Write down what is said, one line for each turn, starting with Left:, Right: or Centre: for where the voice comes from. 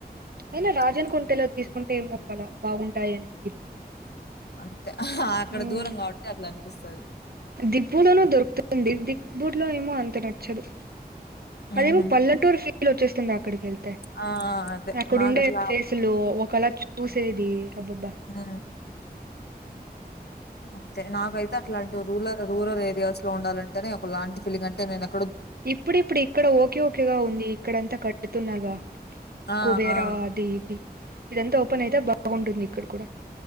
Right: అయినా
Left: మ్హూ.
Right: రాజన్ కొంటెలో తీస్ కుంటే మొక్కలా బాగుంటాయని అని ఫీల్
Left: అంతే ఆహ్ అక్కడ
Right: హ్మ్.
Left: దూరం కాబట్టి అట్లనిపి పిస్తది
Right: దిబ్బులోనూ దొరుకుతుంది దిక్ బుట్ లో ఏమో అంతడట్ చదు అదేమో
Left: మ్మ్.
Right: పల్లటూర్ ఫి ల్ ఒచ్చేస్తుంద అక్కడికి కెల్ ట
Left: ఆ అదే
Right: అక్కడుండే
Left: నాకు అట్లా
Right: ఫేసులు ఒకల ట్ చూసేది అబ్బబ
Left: మ్, అంతే నాకైతే అట్లాంటి రూలల్ రూరల్ ఏరియాస్ లో ఉండాలంటేనే ఒక లాంటి ఫీలింగ్ అంటే నేనెక్
Right: ఇప్పుడుప్పుడు ఇక్కడ ఓకే ఓకేగా ఉంది ఇక్కడంతా కడుతున్నారుగా
Left: ఆ
Right: కుబేర
Left: ఆ
Right: అది ఇది ఇదంతా ఓపెన్ అయితే బాగుంటుంది ఇక్కడ కూడా